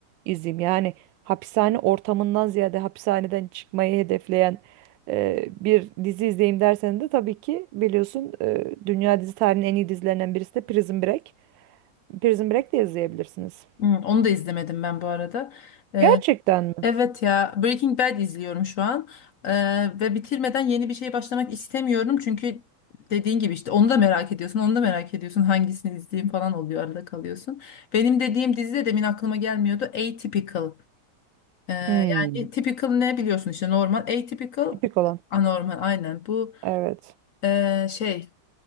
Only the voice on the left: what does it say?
Hı, onu da izlemedim ben bu arada. Ee,
Evet ya Breaking Bad izliyorum şu an Ee, ve bitirmeden yeni bir şey başlamak istemiyorum çünkü dediğin gibi işte onu da merak ediyorsun onu da merak ediyorsun hangisini izleyeyim falan oluyor arada kalıyorsun. Benim dediğim dizi de demin aklıma gelmiyordu Atypical Ee,
yani typical ne biliyorsun işte normal atypical
anormal aynen bu
ee, şey